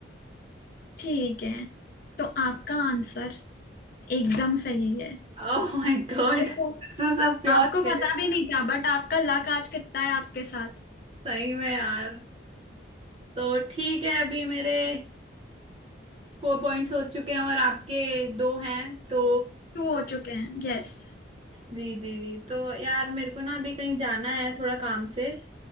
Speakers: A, on the left; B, on the right.
A: ठीक है तो आपका आंसर एकदम सही है
B: Oh my god
A: देखो
B: this is a pure
A: आपको
B: guess
A: पता भी नहीं था बट आपका लक आज कितना है आपके साथ
B: सही में यार तो ठीक है अभी मेरे फोर पॉइंट्स हो चुके हैं और आपके दो हैं तो
A: टू हो चुके हैं यस
B: जी जी जी तो यार मेरे को ना अभी कहीं जाना है थोड़ा काम से